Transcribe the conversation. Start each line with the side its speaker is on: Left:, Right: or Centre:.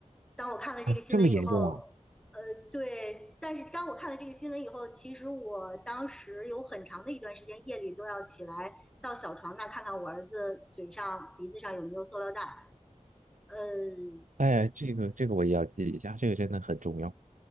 Centre: 当我看了这个新闻以后，
Right: 啊，这么严重啊？
Centre: 呃，对，但是当我看了这个新闻以后，其实我当时有很长的一段时间夜里都要起来到小床那看看我儿子嘴上、鼻子上有没有塑料袋。呃，
Right: 哎，这个这个我也要记一下，这个真的很重要。